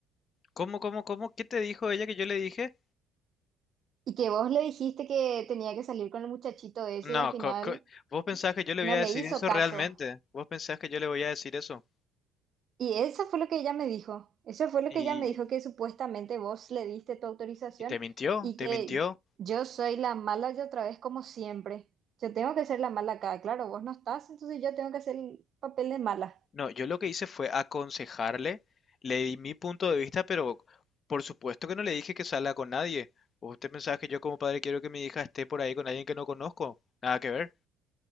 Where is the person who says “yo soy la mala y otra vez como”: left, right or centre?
Right